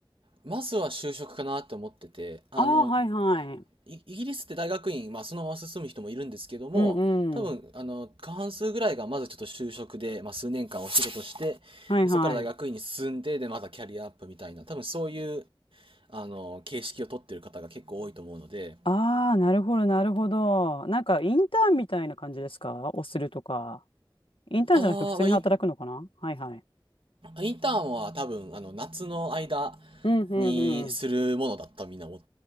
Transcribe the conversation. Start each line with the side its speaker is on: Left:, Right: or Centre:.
Right: まずは就職かなって思ってて、あの、
Left: ああ、はいはい。
Right: イギリスって大学院、まあ、そのまま進む人もいるんですけども、
Left: うんうん。
Right: 多分、あの、過半数ぐらいがまずちょっと就職で、まあ、数年間お仕事して、
Left: はいはい。
Right: でそこから大学院に進んで、で、またキャリアアップみたいな、多分そういう、あの、形式を取ってる方が結構多いと思うので、
Left: ああ、なるほどなるほど。なんかインターンみたいな感じですかをするとか。インターンじゃなくて普通に働くのかなはいはい。
Right: ああ、まあイン、インターンは多分、あの、夏の間
Left: うんうんうん。
Right: にするものだったみんな思